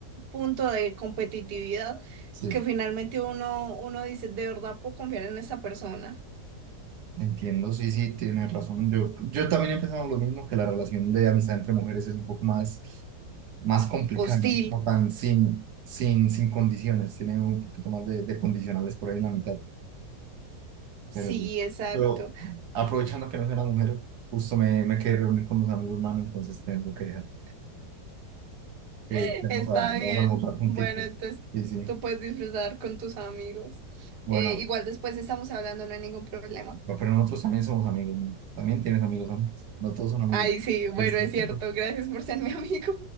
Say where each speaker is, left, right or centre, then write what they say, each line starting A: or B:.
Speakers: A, on the right; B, on the right.
A: punto de competitividad
B: Sí,
A: que finalmente uno, uno dice, ¿de verdad puedo confiar en esa persona?
B: entiendo, sí, sí, tienes razón. Yo, yo también he pensado lo mismo, que la relación de amistad entre mujeres es un poco más, más complicada,
A: Hostil.
B: ¿no? No tan sin, sin, sin condiciones, tiene un poquito más de, de condicionales por ahí en la mitad.
A: Sí,
B: Pero, sí.
A: exacto.
B: pero aprovechando que no soy una mujer, justo me, me quedé reunir con unos amigos, hermano, entonces tengo que dejar. Que
A: <laughs>
B: vamos
A: Está
B: a, vamos
A: bien.
B: a almorzar juntitos.
A: Bueno, entonces
B: Sí, sí.
A: tú puedes disfrutar con tus amigos.
B: Bueno,
A: Eh, igual después estamos hablando, no hay ningún problema.
B: No, Pero nosotros también somos amigos, ¿no? También tienes amigos hombres. No todos son amigos.
A: Ay, sí, bueno,
B: Listo.
A: es cierto.
B: <laughs>
A: Gracias por ser mi amigo.